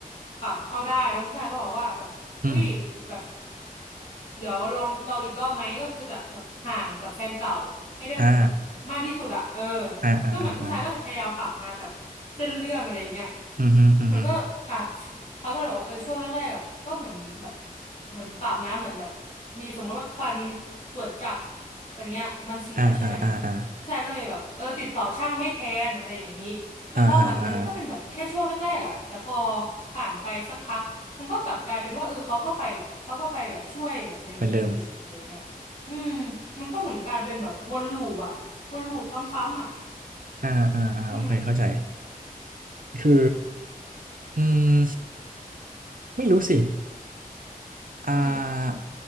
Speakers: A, on the left; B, on the right.
A: ปรับเข้าได้แล้วผู้ชายก็บอกว่าแบบอุ้ยแบบ
B: อืม
A: เดี๋ยวลองลองอีกรอบไหมก็คือจะแบบห่างกับแฟนเก่าให้ได้แบบมากที่สุดอะเออ
B: อ่าอ่าอ่าอ่าอ่า
A: ก็เหมือนผู้ชายก็จะพยายามปรับนะแบบเส้นเรื่องอะไรอย่างเงี้ย
B: อืมฮึอืมฮึ
A: เหมือนก็อ่ะเขาก็เลยบอกว่าเออช่วงแรกๆอะก็เหมือนแบบเหมือนปรับนะเหมือนแบบมีสมมุติว่าควันตรวจจับอะไรเงี้ยมันเสียใช่ไหม
B: อ่าอ่าอ่าอ่า
A: ผู้ชายก็เลยแบบเออติดต่อช่างให้แทนอะไรอย่างนี้แต่พอเหมือนมันก็เป็นแบบแค่ช่วงแรกๆอะแต่พอ
B: อ่าอ่าอ่า
A: ผ่านไปสักพัก มันก็กลับกลายเป็นว่าเออเขาก็ไปแบบเขาก็ไปแบบช่วยแบบอย่างนี้อยู่ดีอะไรเงี้ยอืม
B: เหมือนเดิม
A: มันก็เหมือนการเป็นแบบวนลูปอะวนลูปซ้ำๆอะ
B: อ่าอ่าอ่าโอเคเข้าใจ
A: อืม
B: คืออืมไม่รู้สิอ่า
A: อืม